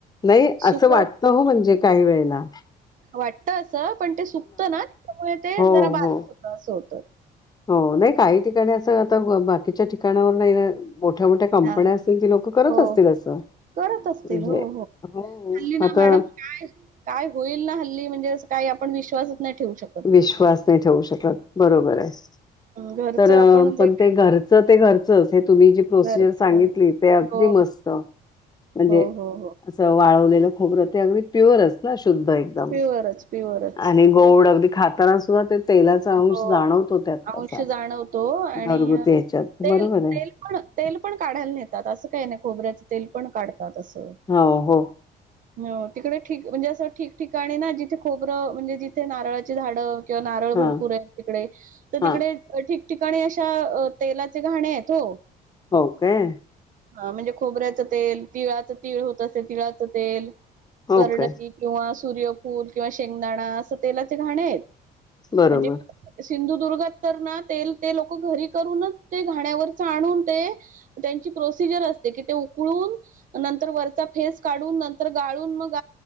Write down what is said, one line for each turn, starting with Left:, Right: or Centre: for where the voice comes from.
Left: नाही असं
Right: सुकव
Left: वाटत हो म्हणजे काही वेळेला
Right: वाटत असं पण ते सुकतं ना त्याच्यामुळे ते
Left: हो
Right: जरा बारीक
Left: हो
Right: होत असं होतं
Left: हो नाही काही ठिकाणी असं आता बाकीच्या ठिकाणावर मोठ्या मोठ्या कंपन्या
Right: हा
Left: असतील ती लोक करत
Right: हो
Left: असतील असं
Right: करत असतील
Left: म्हणजे
Right: हो हो
Left: हो
Right: हल्ली ना
Left: आता
Right: मॅडम काय काय होईल ना हल्ली म्हणजे काय पण विश्वासच नाही ठेवू शकत
Left: विश्वास नाही ठेवू शकत बरोबर आहे
Right: घरचं
Left: तर
Right: आपण जे
Left: पण ते घरचं ते घरच तुम्ही जी प्रोसिजर
Right: काय घरच
Left: सांगितली ते अगदी
Right: हो
Left: मस्त म्हणजे
Right: हो हो हो
Left: अस वावलेलं खोबर ते अग प्युअर च ना शुद्ध एकदम
Right: प्युअरच प्युअरच
Left: आणि गड
Right: हो
Left: अगदी खाताना सुद्धा ते तेलाचा अंश
Right: हो
Left: जाणवतो त्यात
Right: अंश
Left: तसा
Right: जाणवतो आणि
Left: घरगुती ह्याच्यात
Right: तेल
Left: बरोबर आहे.
Right: तेल पण तेल पण काढायला नेतात असं काही नाही खोबऱ्याचं तेल पण काढतात असं
Left: हो हो
Right: हो तिकडे ठीक म्हणजे असं ठिकठिकाणी ना जिथे खोबरं म्हणजे जिथे नारळाची झाडं किंवा नारळ
Left: हा
Right: भरपूर आहे तिकडे तर
Left: हा
Right: तिकडे ठी ठिकाणी अशा तेलाचे घाणे आहेत हो
Left: हो काय
Right: हा म्हणजे खोबऱ्याचं तेल तिळाचं तीळ होत असे तिळाचं तेल
Left: हो
Right: करडई
Left: काय
Right: किंवा सूर्यफूल किंवा शेंगदाणा असं तेलाचे घाणे आहेत
Left: बरोबर
Right: म्हणजे सिंधुदुर्गात तर ना ते ते लोक घरी करूनच ते घाण्यावरच आणून ते प्रोसजर अस क उकून नंतर वर फेस काढून नंतर गाळून मग